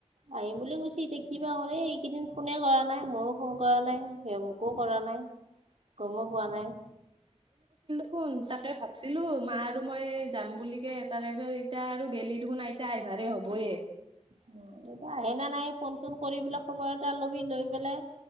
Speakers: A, on the right; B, on the right.
A: আহিম বুলি কৈছে এতিয়া কিবা কৰে এইকেইদিন ফোনে কৰা নাই মইয়ো ফোন কৰা নাই সেই মোক একো কৰা নাই। গমো পোৱা নাই।
B: চোন তাকে ভাবছিলো মা আৰু মই যাম বুলিকে তাৰে পিছত এতিয়া আৰু গেলি দেখোন আইতা আহিবা। সাৰে হ'বয়ে
A: উম এতিয়া আহে নে নাহে ফোন চোন কৰি পেলাই খবৰ এটা লবি লৈ পেলাই